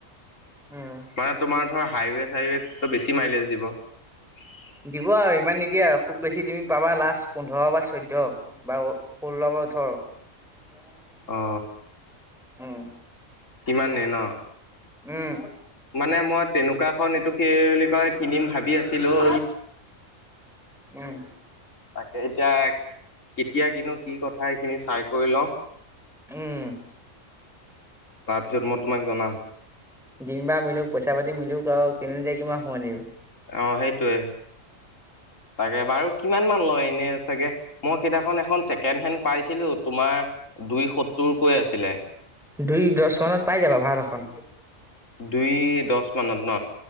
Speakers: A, in the centre; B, on the left.
A: উম,
B: মানে তোমাৰ ধৰ হাইৱে, চাইৱো বেছি মাইলেজ দিব। <unintelligible>
A: দিব আৰু ইমান নিদিয়ে আৰু খুব বেছি তুমি পাবা লাষ্ট পোন্ধৰ বা চৈধ্য বা ফওল বা উথৰ <inaudible>
B: অ,
A: উম,
B: কিমান নে, ন।
A: উম।
B: মানে মই তেনেকুৱাখন এইটো কি বুলি কয় কিনিম ভাবি আছিলোঁ।
A: উম।
B: তাকে এতিয়া কেতিয়া কিনো কি কথা এইখিনি চাই কৰি লওঁ।
A: উম।
B: তাৰপিছত মই তোমাক জনাম।
A: দিন বাাৰ মিলো পইচা পাতি মিলোক আৰু কদিন কিমান সমোময় লাগিব।
B: অ, সেইটোৱে তাকে বাৰু কিমান মান লয় এনে চাগে। মই সিদিনাখন এখন ছেকেণ্ড হেণ্ড পাইছিলো তোমাৰ দুই সত্তৰকৈ আছিলে।
A: দুই, দহ মানত পাই যাবা ভাল এখন।
B: দুই, দহ মানত ন।